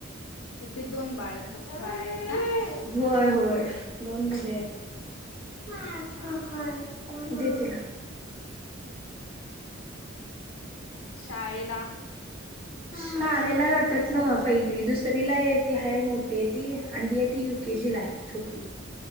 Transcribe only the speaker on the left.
किती दोन बाळं बाळं हात का?
हा हा
शाळेला.